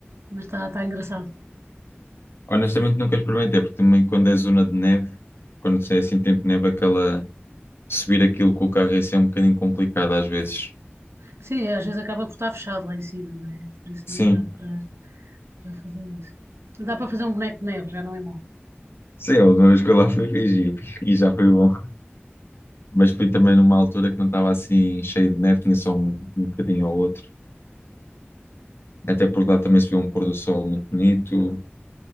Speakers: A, on the right; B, on the left.
A: mas está tá engraçado.
B: Honestamente nunca experimentei, porque também quando é zona de neve, quando é assim tempo de neve, aquela subir aquilo com o carro é ser um bocadinho complicado às vezes.
A: Sim, às vezes acaba por estar fechado lá em cima, não é? Por isso
B: Sim.
A: nem dá para para fazer isso. Dá para fazer um boneco de neve, já não é mau.
B: Sim, a última vez que eu lá fui fiz e e já foi bom. Mas fui também numa altura que não estava assim cheio de neve, tinha só um, um bocadinho ou outro. Até porque lá também se vê um pôr do sol muito bonito.